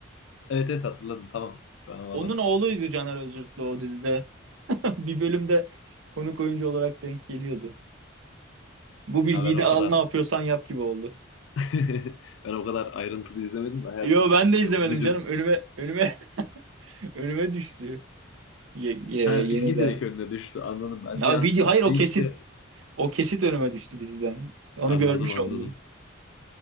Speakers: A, on the left; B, on the right.
A: Evet evet hatırladım tamam. Şu an o
B: Onun
A: adam.
B: oğluydu Caner Özürtlü o dizide. <laughs> Bir bölümde konuk oyuncu olarak denk geliyordu. Bu bilgiyi
A: Ha, ben
B: de
A: o
B: al
A: kadar
B: ne yapıyorsan yap gibi oldu.
A: <laughs> ben o kadar ayrıntılı izlemedim de hayat
B: Yo
A: bilgisi
B: ben
A: işte
B: de izlemedim
A: o müdür.
B: canım. Önüme önüme <laughs> önüme düştü. Ye, ye-
A: Ha
B: yeni
A: bilgi
B: daha.
A: direkt önüne düştü anladım. Ben
B: Ya
A: bir an
B: video
A: izleyip
B: hayır o kesit
A: de
B: o kesit önüme düştü diziden. Onu
A: anladım
B: görmüş
A: anladım.
B: oldum.